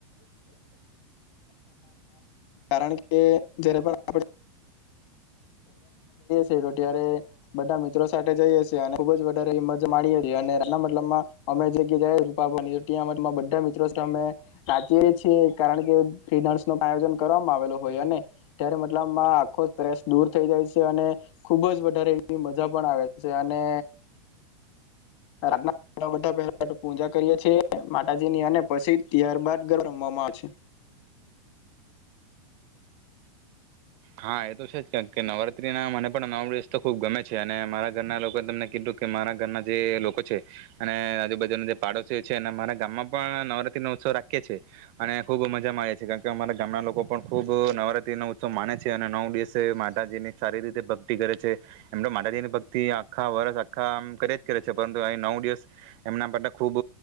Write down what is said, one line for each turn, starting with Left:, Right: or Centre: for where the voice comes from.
Left: કારણ કે જારે પણ જ તો ત્યારે બધા મિત્રો સાથે જઈએ અને ખુબ જ વધારે મજ માણીએએ અને એના મતલબમાં અમે રૂપા ત્યાં બધા મિત્રો અમે વાચીએ છીએ કારણ કે ફ્રી ડાન્સ ન પણ આયોજન કરવામાં આવેલ હોય. અને ત્યારે મતલબમાં આખો જ ત્રેસ દૂર થઈ જાય છે. અને ખુબ જ વધારે એવી મજા પણ આવે છે. અને રાતના બા પહેલા પૂજા કરીએ છેએ માતાજી ની અને પછી ત્યારબાદ ગર રમવામાં આવે છે.
Right: હા એ તો છે. જ કે નવરાત્રી ના મને પણ નવ દિવસ તો ખુબ ગમે છે. અને મારા ઘરના લોકો તમને કીધું કે મારા ઘરના જે લોકો છે. અને આજુબાજુ ના જે પાડોશી છે એને મારા ગામમાં પણ નવરાત્રી નો ઉત્સવ રાખીએે છે. અને ખુબ મજા મા આવે છે. કારણ કે મારા ગામના લોકો પણ ખુબ નવરાત્રી નો ઉત્સવ માને છે. અને નવ દિવસે માતાજી ની સારી રીતે ભક્તિ કરે છે. એમ તો માતાજીની ભક્તિ આખા વર્ષ આખામ કરે જ કરે છે. પરંતુ અહી નવ દિવસ એમના માટે ખૂબ